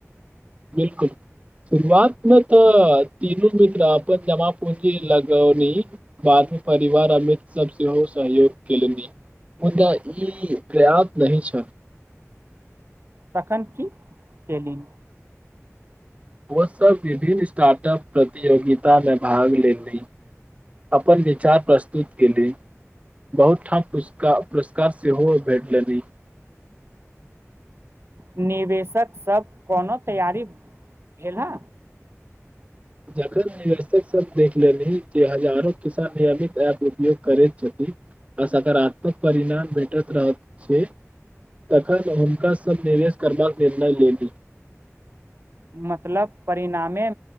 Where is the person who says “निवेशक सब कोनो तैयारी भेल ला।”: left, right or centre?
Right